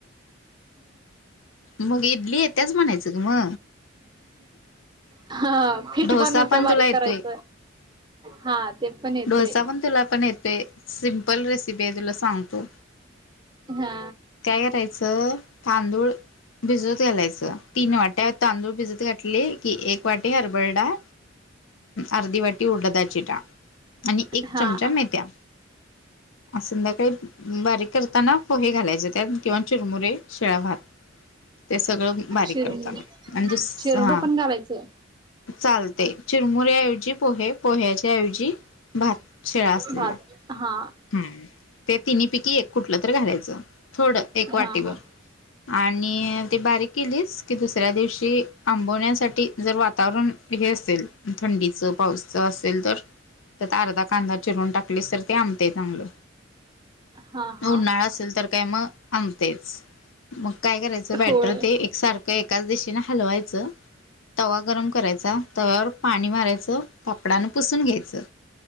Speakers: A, on the left (about 85°); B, on the right (about 20°).
A: मग इडली येत्याच म्हणायचं ग म.
B: हा फीठ
A: डोसा
B: बनूस्ता
A: पण तुला
B: बारीक
A: येतोय
B: करायचं. हा ते पण येते
A: डोसा पण, तुला पण येतय. सिम्पल रेसिपी आहे तुला सांगतो.
B: हा
A: काय करायचं तांदूळ भिजवत घालायचं. तीन वाट्या तांदूळ भिजत घात ले की, एक वाटी हरभर डाळ, अर्धी वाटी उडदाची डाळ आणि एक
B: हा
A: चमचा
B: हा
A: मेथ्या संध्याकाळी बारीक, करताना पोहे घालायचे त्यात किंवा चुरमुरे शिळा भात ते सगळं बारीक
B: चिर
A: करताना आणि जस.
B: चिरमुरं
A: हां.
B: पण घालायचं
A: चालते. चिरमुऱ्या ऐवजी पोहे, पोह्याच्या ऐवजी भात शिळा असलेला.
B: भात हा.
A: हम् ते तिन्ही पैकी एक कुठलं तर घालायचं. थोड एक
B: हा
A: वाटीभर.
B: हा
A: आणि ते बारीक केलीस की दुसऱ्या दिवशी आंबवण्यासाठी जर वातावरण हे असेल थंडीचं, पाऊसचं असेल तर, तर त्यात अर्धा कांदा चिरून टाकलीस तर ते आंब ते चांगलं.
B: हा हा
A: उन्हाळा असेल तर काय मग आंबतेच मग काय करायचं बॅटर
B: होय
A: ते एक सारखं एकाच दिशेने हलवायचं. तवा गरम करायचा. तव्यावर पाणी मारायचं. कापडानं पुसून घ्यायचं.